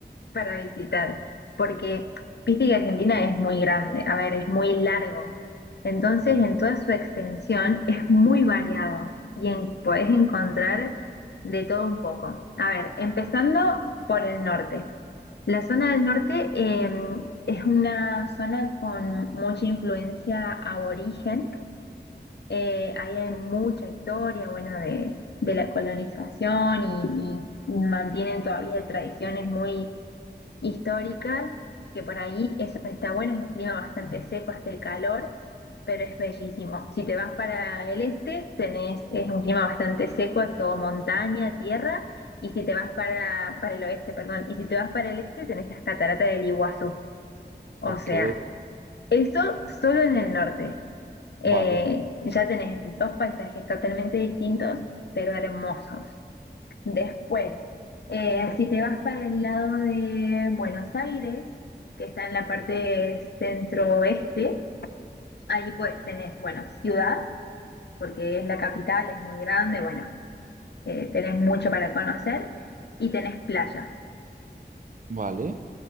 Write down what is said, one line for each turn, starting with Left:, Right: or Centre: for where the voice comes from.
Left: para visitar, porque viste que Argentina es muy grande, a ver, es muy largo. Entonces,
Right: Claro.
Left: en toda su extensión es muy variado y en- podés encontrar de todo un poco. A ver, empezando por el norte. La zona del norte eh, es una zona con mucha influencia aborigen. Eh, ahí hay mucha historia, bueno, de, de la colonización y y mantienen todavía tradiciones muy históricas, que por ahí eso está bueno, es un clima bastante seco, hace calor, pero es bellísimo. Si te vas para el este, tenés, es un clima bastante seco, es todo montaña, tierra, y si te vas para, para el oeste, perdón, y si te vas para el este, tenés las cataratas del Iguazú. O
Right: Ok,
Left: sea, eso solo en el norte. Eh,
Right: vale,
Left: ya tenés dos paisajes totalmente distintos, pero hermosos. Después, eh, si te vas para el lado de Buenos Aires, que está en la parte centro-oeste, ahí pues tenés, bueno, ciudad, porque es la capital, es muy grande, bueno, eh, tenés mucho para conocer y tenés playa.
Right: vale.